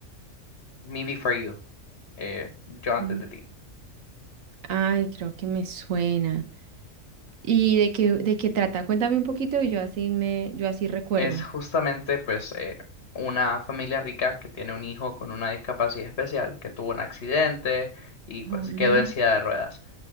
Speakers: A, on the left; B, on the right.
A: Me Before You, eh, Yo antes
B: Mm,
A: de ti.
B: Ay, creo que me suena. ¿Y de qué, de qué trata? Cuéntame un poquito y yo así me, yo así recuerdo.
A: Es justamente, pues, eh, una familia rica que tiene un hijo con una discapacidad especial, que tuvo un accidente y pues
B: Oh, mm.
A: quedó en silla de ruedas.